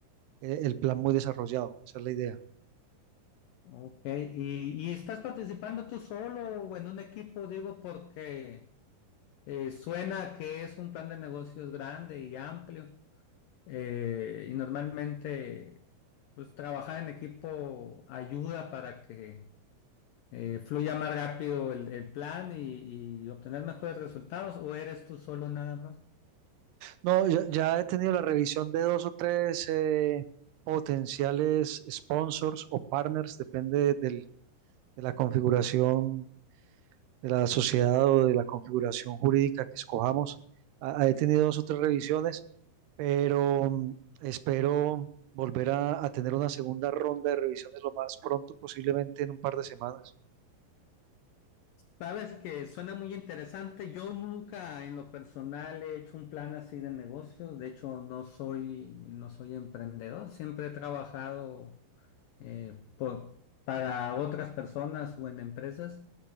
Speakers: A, on the right; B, on the left.
A: eh, el plan muy desarrollado, esa es la idea.
B: Ok, ¿y, y estás participando tú solo o en un equipo? Digo, porque eh, suena que es un plan de negocios grande y amplio eh, y normalmente pues trabajar en equipo ayuda para que eh, fluya más rápido el, el plan y y obtener mejores resultados o eres tú solo nada más?
A: No, ya, ya he tenido la revisión de dos o tres eh, potenciales sponsors o partners, depende del- de la configuración de la sociedad o de la configuración jurídica que escojamos. Ah, He tenido dos o tres revisiones, pero mm, espero volver a, a tener una segunda ronda de revisiones lo más pronto, posiblemente en un par de semanas.
B: Sabes que suena muy interesante. Yo nunca en lo personal he hecho un plan así de negocios. De hecho, no soy, no soy emprendedor. Siempre he trabajado eh, por- para otras personas o en empresas,